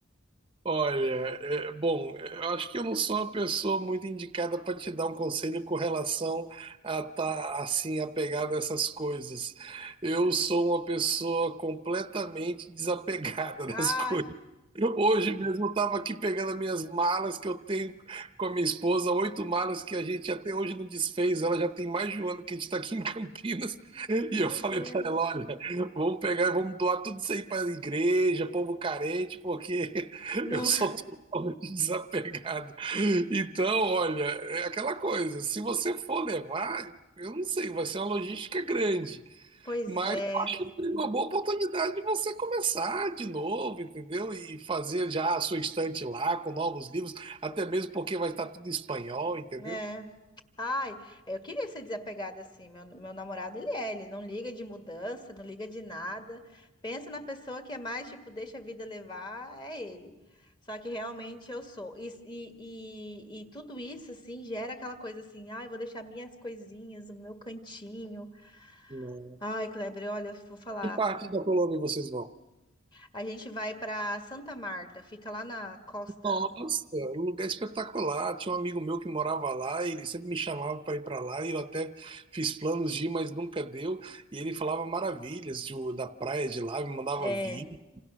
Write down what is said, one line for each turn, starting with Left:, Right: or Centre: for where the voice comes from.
Right: Olha, é, bom, eu acho que eu não sou uma pessoa muito indicada para te dar um conselho com relação a estar assim apegado a essas coisas. Eu sou uma pessoa completamente desapegada
Left: Ai,
Right: <laughs> das coisas. Hoje mesmo eu estava aqui pegando as minhas malas que eu tenho com a minha esposa, oito malas que a gente até hoje não desfez. Ela já tem mais de um ano que a gente está aqui em Campinas. E
Left: meu
Right: eu falei
Left: Deus.
Right: para ela: olha, vamos pegar e vamos doar tudo isso aí para a igreja, povo carente, porque.
Left: Não,
Right: Eu sou
Left: <laughs>
Right: totalmente desapegado. Então, olha, é aquela coisa, se você for levar, eu não sei, vai ser uma logística grande,
Left: pois
Right: mas
Left: é,
Right: é uma boa oportunidade de você começar de novo, entendeu? E fazer já a sua estante lá com novos livros, até mesmo porque vai estar tudo em espanhol, entendeu?
Left: né? Ai, eu queria ser desapegada assim. Meu, meu namorado, ele é, ele não liga de mudança, não liga de nada. Pensa na pessoa que é mais, tipo, deixa a vida levar, é ele. Só que realmente eu sou. E, e, e, e tudo isso, assim, gera aquela coisa assim, ai, eu vou deixar minhas coisinhas, o meu cantinho.
Right: Não.
Left: Ai, Kleber, olha, eu vou falar.
Right: Que parte da Colômbia vocês vão?
Left: A gente vai pra Santa Marta, fica lá na costa.
Right: Nossa, um lugar é espetacular. Tinha um amigo meu que morava lá, e ele sempre me chamava para ir para lá, e eu até fiz planos de ir, mas nunca deu. E ele falava maravilhas de- da praia de lá, me mandava
Left: É.
Right: vídeo.